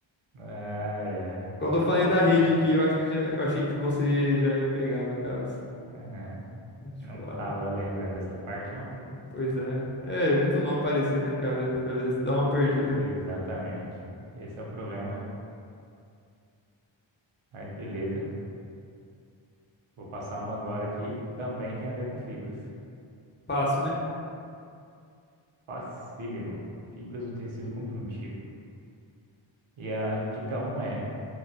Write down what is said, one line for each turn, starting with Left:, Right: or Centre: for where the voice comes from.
Right: Ai, ai.
Left: Quando eu falei
Right: Essa.
Left: da rede aqui, eu acho que já, eu achei que você já ia pegar, no caso.
Right: é.
Left: Reticulado.
Right: Não estava lembrando dessa parte, não.
Left: É, pois é. É muito nome parecido, né, cara? Porque às vezes dá uma perdida.
Right: Exatamente. Esse é o problema. Mas beleza. Vou passar uma agora aqui. Também tem a ver com fibras.
Left: Fácil, né?
Right: Facílimo. Fibras do tecido conjuntivo. E a dica um é: